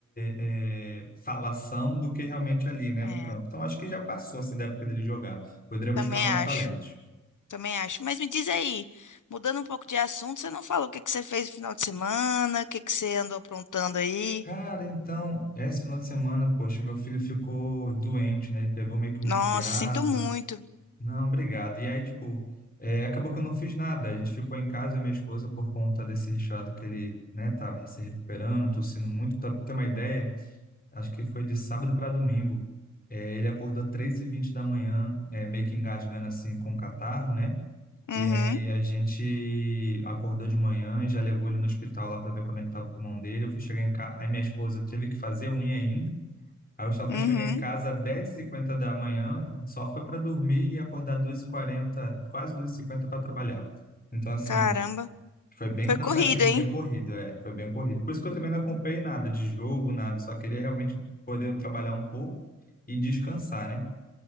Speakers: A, on the left (about 30°); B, on the left (about 75°).
A: é, é, falação do que realmente ali, né,
B: É,
A: no campo. Então, acho que já passou assim da época dele jogar. Poderia buscar
B: também
A: novos
B: acho.
A: talentos.
B: Também acho. Mas me diz aí, mudando um pouco de assunto, você não falou o que que você fez no final de semana, o que que você andou aprontando aí?
A: Cara, então, esse final de semana, poxa, meu filho ficou doente, né? Ele pegou meio que um resfriado.
B: Nossa, sinto muito.
A: Não, obrigado. E aí, tipo, é, acabou que eu não fiz nada. A gente ficou em casa, eu e minha esposa, por conta desse resfriado que ele, né, tá se recuperando, tossindo muito. Pra ter uma ideia, acho que foi de sábado para domingo. É, ele acordou três e vinte da manhã, é, meio que engasgando assim com o catarro, né?
B: Uhum,
A: E aí a gente acordou de manhã, já levou ele no hospital lá para ver como é que tava o pulmão dele. Eu fui chegar em casa, aí minha esposa teve que fazer unha Aí eu só fui
B: uhum.
A: chegar em casa às 10h50 da manhã, só foi para dormir e acordar duas e quarenta, quase duas e cinquenta para trabalhar. Então, assim,
B: Caramba.
A: foi bem
B: Foi
A: cansativo,
B: corrido, hein?
A: bem corrido, é, foi bem corrido. Por isso que eu também não acompanhei nada de jogo, nada, só queria realmente poder trabalhar um pouco e descansar, né?